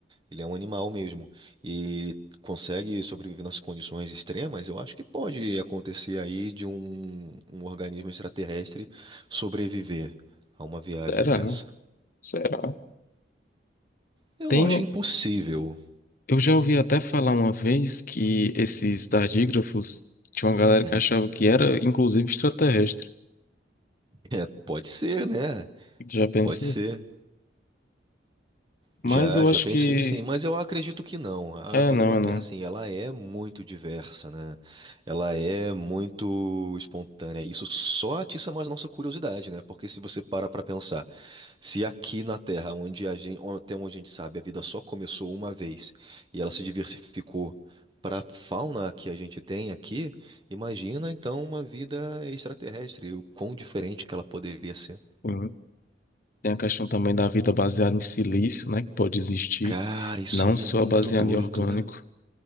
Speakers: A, on the right (about 25°); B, on the left (about 50°).
A: ele é um animal mesmo. E consegue sobreviver nas condições extremas, eu acho que pode acontecer aí de um, um organismo extraterrestre sobreviver a uma viagem
B: Será?
A: dessa.
B: Será?
A: Eu
B: Tenho.
A: não acho impossível.
B: Eu já ouvi até falar uma vez que esses tardígrafos tinha uma galera que
A: Uhum.
B: achava
A: <laughs>
B: que era, inclusive, extraterrestre.
A: É, pode ser, né?
B: Já pensou?
A: Pode ser. Já,
B: Mas eu
A: já
B: acho
A: pensei
B: que.
A: sim, mas eu acredito que não. A
B: É,
A: vida
B: não,
A: na
B: é
A: Terra,
B: não.
A: assim, ela é muito diversa, né? Ela é muito espontânea. Isso só atiça mais a nossa curiosidade, né? Porque se você para pra pensar, se aqui na Terra, onde a gente, até onde a gente sabe, a vida só começou uma vez e ela se diversificou para a fauna que a gente tem aqui, imagina então uma vida extraterrestre, o quão diferente que ela poderia ser.
B: Hum. Tem a questão também da vida baseada em silício, né? Que pode existir.
A: Cara, isso
B: Não
A: aí
B: só
A: é muito
B: baseada
A: doido,
B: em orgânico.
A: né?